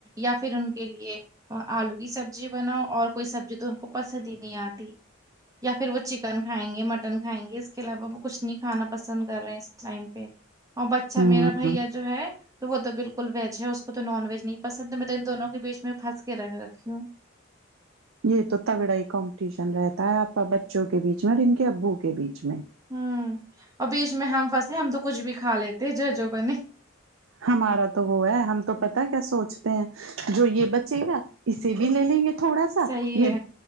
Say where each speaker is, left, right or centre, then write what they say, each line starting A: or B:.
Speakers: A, on the right; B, on the right.
A: یا پھر ان کے لیے آلو کی سبزی بناؤ اور کوئی سبزی تو ان کو پسند ہی نہیں آتی یا پھر وہ چکن کھائیں گے مٹ ٹن کھایں گے اس کے علاوہ وہ کچھ نہیں کھانا پسند کر رہے ہیں اس ٹائم پہ اور بچہ
B: ہوں
A: میرا بھیا جو جو ہے تو وہ تو بالکل ویج ہے اس کو تو نان ویج نہیں پسند ہے میں تو ان دونوں کے بیچ میں پھنس کے رہ رکھی ہوں
B: یہ تو تگڑا ہی کمپٹیشن رہتا ہے آپ بچوں کے بیچ میں اور ان کے ابو کے بیچ میں
A: ہوں اور بیچ میں ہم پھنسے ہم تو کچھ بھی کھا لیتے جو جو بنے
B: ہمارا تو ہو ہے ہم تو پتا کیا سوچتے ہیں جو یہ بچے گا اسے بھی لے لیں گے تھوڑا سا
A: صحیح
B: یہ
A: ہے